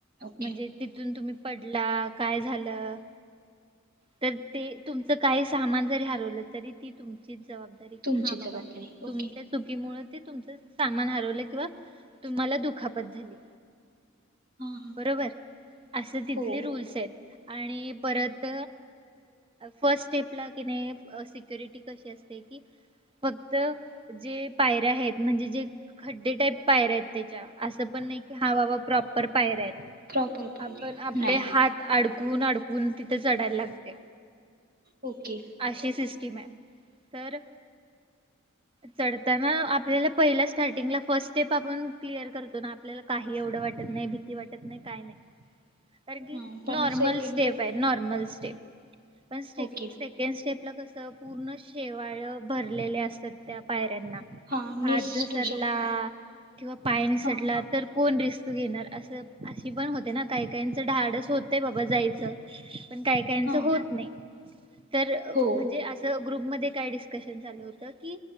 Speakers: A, on the right (about 45°); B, on the right (about 25°).
A: ओके
B: म्हणजे तथून तुम्ही -- पडला काय झालं तर ते तुमचं काही सामान जरी हरवलं. तरी ती तुमची जबाबदारी
A: तुमची
B: की हाबाबा
A: जबाबदारी
B: तुमच्या
A: ओके
B: चुकीमुळं ते तुमच सामान हरवलं किंवा तुम्हाला दुखापत झाली.
A: हां हां
B: बरोबर असं तिथले
A: हो
B: रूल्स आहेत. आणि परत फर्स्ट स्टेप ला किने सि -- सिक्युरिटी कशी असते की फक्त जे पायऱ्या आहेत म्हणजे जे खड्डे टाईप पायऱ्या आहेत त्याच्या -- असं पण नाही की हां बाबा प्रॉपर पायऱ्या आहेत.
A: प्रॉपर पाहिजे
B: आपण आपले
A: नाही
B: हात अड चकून अडकून तिथे चढायला लागतय.
A: ओके
B: अशीच सि- - स्टिम हाय. तर चढताना आपल्याला पहिला स्टार्टिंगला फर्स्ट स्टेप आपण क्लिअर करतो ना आपल्याला काही एवढं वाटत नाही भीती वाटत नाही काय नाही. कारणं की
A: हा पण
B: नॉर्मल
A: सेकंड
B: स्टेप
A: टेप
B: आहे नॉर्मल स्टे -- पण स्टेप
A: ओके
B: स्टेप स्टेपला कसं पूर्ण शेवाळ भरलेले असतात त्या पाय -- ऱ्यांना
A: हा निसटू
B: हात घसरला
A: शकते
B: किंवा पाय निसटला
A: हा
B: तर कोण रिस्क -- घेणार असं अशी पण होते ना काही काहीचं धाडस होतय बाबा जायचं पण काही काहीचं
A: हा
B: होत नाही. तर
A: हो
B: म्हणजे असं ग्रुपमध्ये काय डिस्कशन चालू होत की